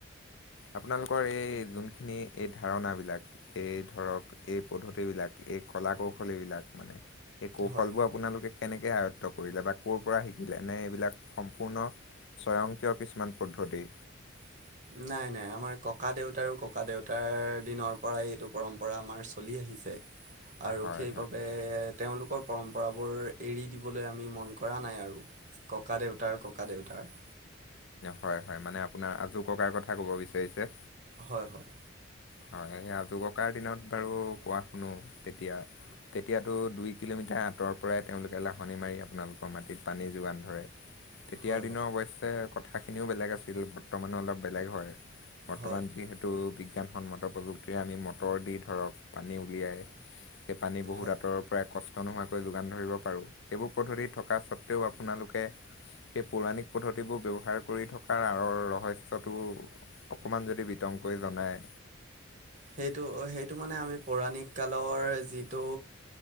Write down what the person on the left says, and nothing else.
আপোনালোকৰ এই যোনখিনি এই ধাৰণা বিলাক এই ধৰক এই পদ্ধতি বিলাক এই কলা-কৌশল এইবিলাক মানে। এই কৌশলবোৰ
আপোনালোকে কেনেকে আয়ত্ব কৰিলে বা ক'ৰ পৰা শিকিলে? এনে এইবিলাক সম্পূৰ্ণ স্বয়ংক্ৰিয় কিছুমান পদ্ধ প্ৰতি
হয়
হয় হয়। মানে আপোনাৰ আজুককাৰ কথা ক'ব বিচাৰিছে।
হয়। সেই আজুককাৰ দিনত বাৰু কোৱা শুনো তেতিয়া। তেতিয়াতো দুই কিলোমিটাৰ আঁতৰৰ পৰাই তেওঁলোকে লাহনি মাৰি আপোনালোকৰ মাটিত পানী যোগান ধৰে তেতিয়াৰ
দিনৰ
অৱশ্যে কথাখিনিও বেলেগ আছিল। বৰ্তমানো অলপ বেলেগ হয়। বৰ্তমান
যিহেতু বিগ
ৰে আমি মটৰ দি ধৰক পানী উলিয়াই সেই পানী বহুত
আঁতৰৰ পৰাই কষ্ট নোহোৱাকৈ যোগান ধৰিব পাৰোঁ। এইবোৰ পদ্ধতি থকা স্বত্বেও আপোনালোক সেই পৌৰাণিক পদ্ধতিবোৰ ব্যৱ হাৰ কৰি থকাৰ আঁৰৰ ৰহস্যটো অকণমান যদি বিতংকৈ জনায়।